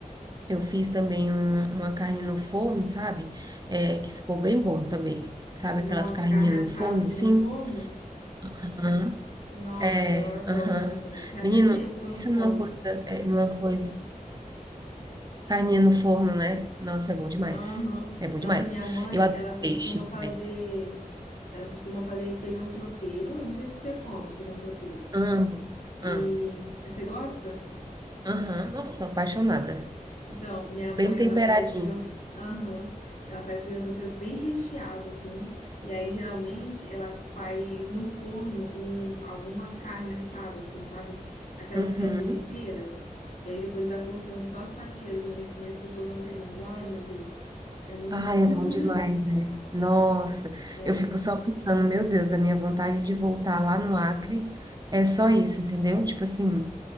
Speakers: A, on the right (about 25°); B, on the left (about 60°).
A: eu fiz também uma, uma carne no forno, sabe? É, que ficou bem bom também. Sabe
B: Nossa,
A: aquelas carninhas
B: carne assada
A: no forno,
B: assim
A: assim?
B: no forno?
A: Aham.
B: Nossa,
A: É,
B: eu adoro
A: aham.
B: também. Tem até
A: Menino,
B: tempo que
A: pensa
B: eu não como.
A: numa coisa, é, numa coisa. Carninha no forno, né? Nossa, é bom demais.
B: Aham.
A: É bom
B: Nossa,
A: demais.
B: minha mãe,
A: Eu adoro
B: ela costuma
A: peixe
B: fazer,
A: também.
B: ela costuma fazer feijão tropeiro. Eu não sei se você come feijão tropeiro.
A: Amo,
B: E
A: amo.
B: você gosta?
A: Aham, Nossa, sou apaixonada.
B: Então, minha mãe,
A: Bem temperadinho.
B: ela faz feijão. Aham. Ela faz feijão tropeiro bem recheado, assim. E aí, geralmente, ela faz no forno um, alguma carne assada, assim, sabe? Aquelas
A: Uhum.
B: peças inteiras. E aí, depois vai cortando só as fatiazinhas, assim, e as pessoas vão pegando. Ai, meu Deus. É muito
A: Ai,
B: bom.
A: é bom
B: <laughs>
A: demais, né? Nossa,
B: É.
A: eu fico só pensando, meu Deus, a minha vontade de voltar lá no Acre é só isso, entendeu? Tipo assim,